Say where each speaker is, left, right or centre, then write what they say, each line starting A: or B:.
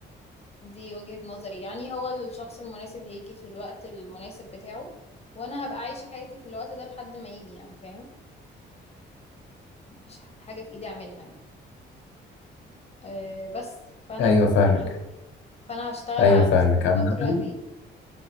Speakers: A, on the left; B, on the left.
A: دي وجهة نظري يعني هو الشخص المناسب هيجي في الوقت المناسب بتاعه وانا هبقى عايشة حياتي في الوقت ده لحد ما يجي يعني فاهم مفيش ح- حاجة في ايدي اعملها يعني أه بس فانا
B: ايوه
A: هشتغل
B: فاهمك
A: فانا هشتغل
B: ايوه
A: على
B: فاهمك
A: نفسي الفترة
B: عامة
A: دي